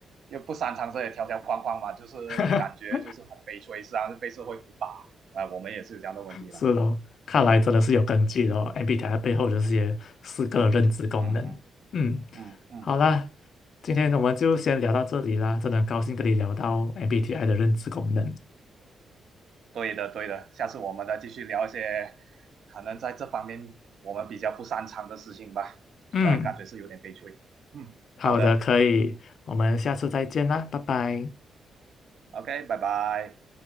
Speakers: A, on the right (about 65°); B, on the left (about 60°).
A: 又不擅长这些条条框框嘛，就是感觉就是很悲催，
B: <laughs>
A: 实际上是啊，被社会毒打啊、我们也是有这样的问题了。
B: 是咯，
A: <laughs>
B: 看来真的是有根据的哦，MBTI
A: 嗯
B: 背后的这些四个认知功能。
A: 嗯
B: 嗯，
A: 嗯嗯，
B: 好啦，今天我们就先聊到这里啦，真的很高兴跟你聊到 MBTI 的认知功能。
A: 对的对的，下次我们再继续聊一些可能在这方面我们比较不擅长的事情吧，虽然感觉是有点悲催。
B: 嗯，
A: 嗯，
B: 好的，
A: 好的
B: 可以，我们下次再见啦，拜拜。
A: ，OK，拜拜。